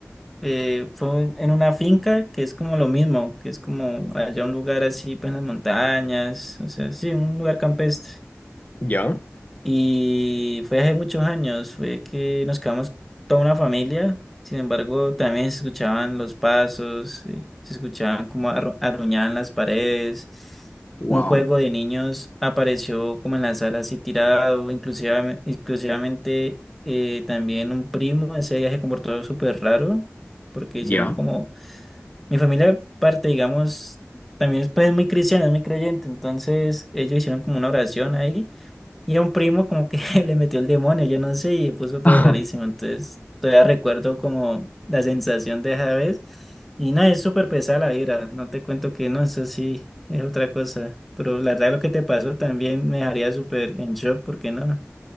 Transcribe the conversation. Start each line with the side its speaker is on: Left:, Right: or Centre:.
Centre: eh, fue en en una finca que es como lo mismo, que es como allá un lugar así, pues en las montañas, o sea, sí, un lugar campestre.
Left: ¿Ya?
Centre: Y fue hace muchos años, fue que nos quedamos toda una familia. Sin embargo, también se escuchaban los pasos, eh, se escuchaban como arru- arruñaban las paredes.
Left: ¡Wow!
Centre: Un juego de niños apareció como en la sala así tirado, inclusive, exclusivamente también un primo. Ese día se comportó súper raro porque
Left: ¿Ya?
Centre: hicieron como... Mi familia parte, digamos, también es pues, muy cristiana, muy creyente. Entonces ellos hicieron como una oración ahí. Y a un primo como que <laughs> le metió el demonio, yo no sé, y se puso todo
Left: <laughs>
Centre: rarísimo. Entonces, todavía recuerdo como la sensación de esa vez. Y no, es súper pesada la vibra. No te cuento que no, eso sí, es otra cosa. Pero la verdad lo que te pasó también me dejaría súper en shock, porque no,